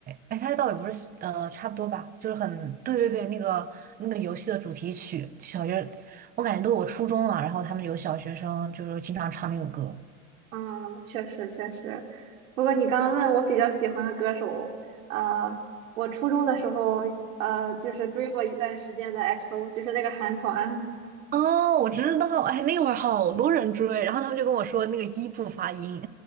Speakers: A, on the right; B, on the right.
A: 哎，他倒也不是呃，差不多吧，就是很，对对对，那个那个游戏的主题曲，小学，我感觉都我初中了，然后他们有小学生就是经常唱那个歌，
B: 嗯，确实确实。不过你刚刚问我比较喜欢的歌手，呃，我初中的时候，呃，就是追过一段时间的 XO，就是那个韩团。
A: 哦，我知道，哎，那会儿好多人追，然后他们就跟我说那个一不发音。